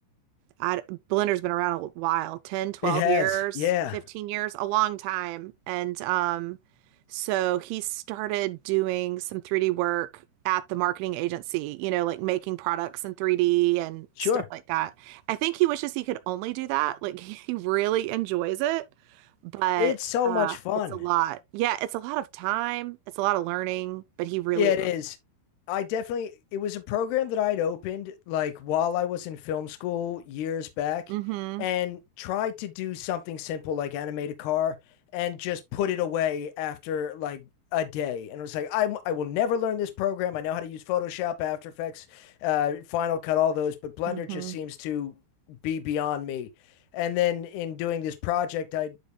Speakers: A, on the right; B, on the left.
A: I, Blender's been around a while, ten, twelve
B: it has.
A: years,
B: Yeah,
A: 15 years, a long time. And um, so he started doing some 3D work at the marketing agency, you know, like making products in 3D and
B: sure.
A: stuff like that. I think he wishes he could only do that. Like <laughs> he really enjoys it, but
B: It's so
A: uh,
B: much fun.
A: it's a lot. Yeah, it's a lot of time. It's a lot of learning, but he really
B: Yeah,
A: loves
B: it is. I definitely, it was a program that I'd opened like while I was in film school years back
A: it. Mm-hmm.
B: and tried to do something simple like animate a car and just put it away after like a day. And it was like, I, I will never learn this program. I know how to use Photoshop, After Effects, uh, Final Cut, all those, but Blender
A: Mm-hmm.
B: just seems to be beyond me. And then in doing this project, I